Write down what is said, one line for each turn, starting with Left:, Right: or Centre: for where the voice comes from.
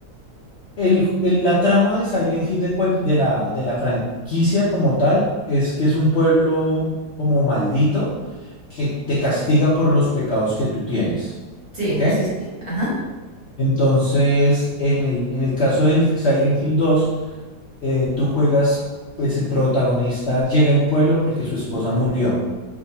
Left: El, el- la trama de Silent Hill de, cual- de la, de la franquicia como tal es que es un pueblo como maldito que te castiga por los pecados que tú tienes.
Right: Sí,
Left: ¿Ok?
Right: sí, sí. Ajá,
Left: Entonces, en el, en el caso del Silent Hill dos eh, tú juegas, pues el protagonista llega al pueblo porque su esposa murió.